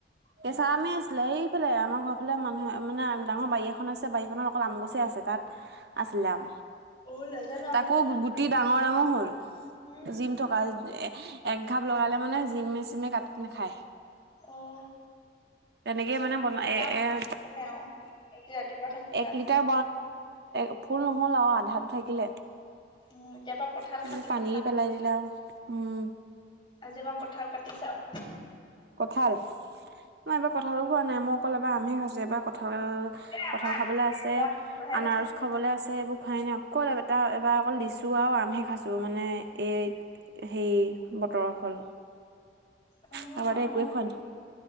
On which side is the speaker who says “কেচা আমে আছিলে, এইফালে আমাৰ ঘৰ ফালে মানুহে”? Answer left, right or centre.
Right